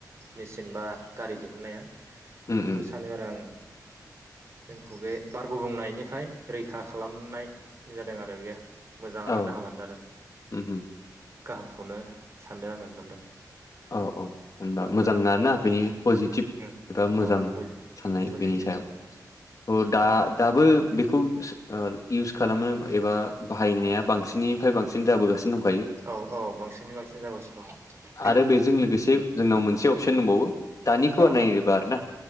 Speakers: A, on the right; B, on the left.
A: मेसिन बा गारि दिहुनन्नाया
B: उम
A: बेखौ
B: उम
A: सानो आरो आङो जोंखौ बे बार गुबुंनायनिफ्राय रैखा खालामनाय जादों आरो बेयो मोजाङानो
B: औ
A: गाहामानो जादों
B: उम उम
A: गाहामखौनो सानदों आङो मोनदों
B: औ औ होनबा मोजां ना आरोना बेनि पजिटिभ
A: उम
B: एबा मोजां
A: औ
B: साननाय
A: उम पजिटिभ
B: बेनि सायाव
A: उम
B: औ दा दाबो बेखौ सो इउस खालामो एबा बाहायनाया बांसिननिफ्राय बांसिन जाबोगासिनो दं
A: औ औ बांसिनै बांसिन जागासिनो दं
B: आरो बेजों लोगोसे जोंनाव मोनसे अपसन दंबावो दानिखौ
A: दं
B: नायोबा आर ना